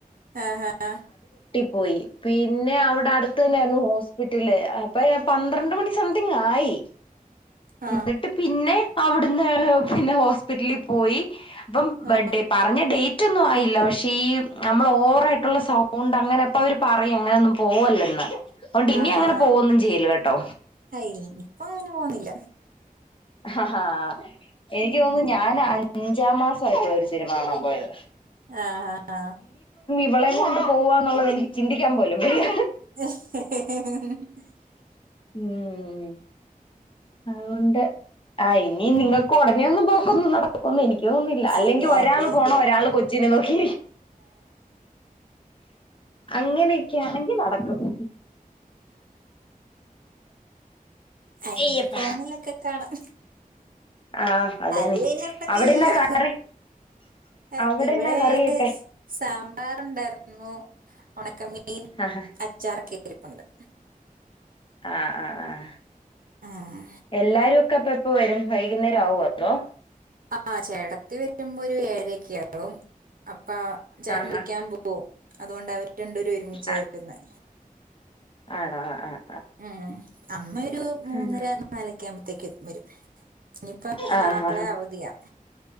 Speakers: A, on the right (about 65°); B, on the left (about 35°).
A: ആഹ്
B: പോയി പിന്നെ അവിടെ അടുത്ത് തെ ന്നെയായിരുന്നു ഹോസ് വിട്ടില്ലേ അപ്പെ പന്ത്രണ്ട് മണി സംതിങ് ആയി
A: ആ
B: ന്നിട്ട് പിന്നെ അവിടുന്ന് പിന്നെ ഹോസ്പിറ്റലിൽ പോയി അപ്പം
A: ആ
B: ബെടെ പറഞ്ഞ ഡേറ്റ് റ്റൊന്നും ആയില്ല പക്ഷേ ഈ നമ്മൾ ഓവറ് ആയിട്ടുള്ള സൗണ്ട് അങ്ങനെ അപ്പ അവര് പറയും അങ്ങനെയൊന്നും പോവല്ലെന്ന്. ഒണ്ട് ഇനി
A: ആഹാ
B: അങ്ങനെ പോവൊന്നും ചെയ്ല്ല് കേട്ടോ.
A: ആ ഇനിയിപ്പോ അങ്ങനെ പോകുന്നില്ല
B: അഹാ എനിക്ക്
A: ഉം.
B: തോന്നുന്നു ഞാൻ അഞ്ചാം മാസം ആയപ്പോള ഒരു സിനിമ കാണാൻ പോയത്.
A: ആ ആ ആ
B: ഇവളേം കൊണ്ട് പോവാന്നുള്ളത് എനിക്ക് ചിന്തിക്കാൻ പോലും വയ്യ.
A: ആഹാ
B: ഉം അഹൊണ്ട് ആ ഇനി
A: ഉം
B: നിങ്ങൾക്ക് ഉടനെയൊന്നും പോക്കൊന്നും നട ഒന്ന് എനിക്കൊന്ന്നില്ല അല്ലെങ്കിൽ
A: അതെ
B: ഒരാള്
A: അതെ
B: പോണം ഒരാള് കൊചിനെ നോക്കി അങ്ങനെയൊക്കൊയാണെങ്കിൽ നടക്കും. <inaudible>
A: അയ്ഞ്ഞി
B: അയ്യപ്പ
A: ഫോണിലൊക്കെ കാണാം.
B: ആഹ് അതെ
A: അത്
B: നീ
A: പിന്നെ നടക്കിലല്ലോ?
B: അവിടെന്നാ കറി
A: എ
B: അവിടെന്നാ
A: ഇവെടെ
B: കറിയൊക്കെ
A: സാമ്പാറ് ഉണ്ടായിരുന്നു. ഒണക്കമീൻ
B: ആഹ്
A: അച്ചാറൊക്കെ ഇരിപ്പ്ണ്ട്.
B: ആ ആ ആഹാ
A: ഉം
B: എല്ലാരും ഒക്കെ ഇപ്പ എപ്പോ വരും വൈകുന്നേരം ആവോ അതോ?
A: ആ ചേട്ടത്തി വെരുമ്പോ ഒരു ഏയൊക്കെ ആകും. അ അപ്പ ചേട്ടൻ
B: ആഹാ
A: വിളിക്കാൻ പോകും അതുകൊണ്ട് അവര് രണ്ടു പേരും ഒരുമിച്ചാവെരുന്നേ.
B: ആഹ് ആണോ ആ ആ
A: മം അമ്മ ഒരു മൂന്നര
B: ആഹ്
A: നാലൊക്കെ ആവുമ്പത്തേക്ക് എ വരും. ഇഞ്ഞിപ്പോ
B: ആഹ്
A: നാളെ അവധിയാ